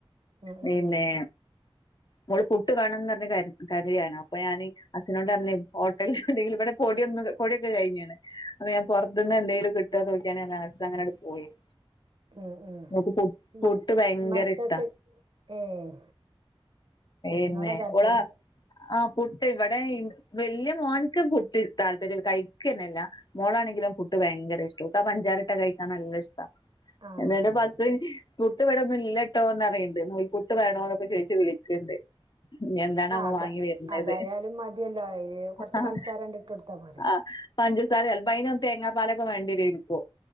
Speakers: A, on the right; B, on the left.
A: ഉം
B: പിന്നെ
A: ഉം ഉം
B: മോള് പുട്ട് വാണംന്ന്ർഞ്ഞ് കര് കരയാണ് അപ്പൊ ഞാന് അസ്സിനോട്ർഞ്ഞ് ഹോട്ടലിൽന്നെടി ഇവടെ പൊടിന്നുല്ല പൊടി ഒക്കെ കഴിഞ്ഞ്ണ് അപ്പോ ഞാൻ പൊർത്ത്ന്ന് എന്തെലും കിട്ടോന്നൊക്കിയാണ് ൻ അസ്സങ്ങനട് പോയിനു
A: ഉം ഉം
B: മൊക്ക് പുട് പുട്ട്
A: മ
B: ഭയങ്കര
A: മക്കൾക്ക്
B: ഇഷ്ടാ
A: ഏഹ് പുട്ടിനോടാ
B: എന്നെ
A: താല്പര്യം
B: ഒളാ ആഹ് പുട്ട് ഇവടെ ഇൻ വെല്ല്യാ മോൻക്ക് പുട്ട് താല്പര്യല്ല കൈക്കെന്നെല്ല. മോളാണെങ്കിലൊ പുട്ട് ഭയങ്കര ഇഷ്ട ഓക്കാ പഞ്ചാരട്ട കഴിക്കാൻ ന്നല്ല ഇഷ്ട്ടാ.
A: ആഹ്
B: എന്ന്ട്ട് ബസ് പുട്ട് ഇവടൊന്നും ഇല്ലട്ടോന്ന്റിയ്ണ്ട് നൂൽപുട്ട് വേണോ എന്നൊക്കെ ചോദിച്ച് വിളിക്ക്ണ്ട്. ഇഞ്ഞി എന്താണവോ
A: ആഹ് അതാ
B: വാങ്ങി വര്ന്നത്
A: അതായാലും മതിയല്ലോ ഇത് കൊറച്ച്
B: ആഹ്
A: പൻസാരണ്ട് ഇട്ട് കൊടുത്താ പോരെ
B: ആഹ് പഞ്ചസാരാ ചെൽപ്പയിനൊക്കെ തേങ്ങാപ്പാലൊക്കെ വേണ്ടിരയ്ന്ന്പ്പോ